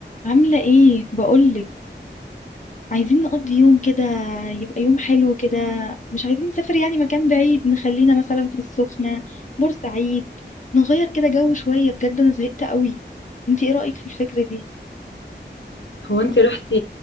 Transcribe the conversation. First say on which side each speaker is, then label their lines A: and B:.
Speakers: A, on the left (about 40°); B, on the left (about 80°).
A: عاملة ايه بقولك عايزين نقضي يوم كده يبقى يوم حلو كده مش عايزين نسافر يعني مكان بعيد نخلينا مثلا في السخنة بورسعيد نغير كده جو شوية بجد انا زهقت قوي انتي ايه رأيك في الفكرة دي
B: هو انت رحتي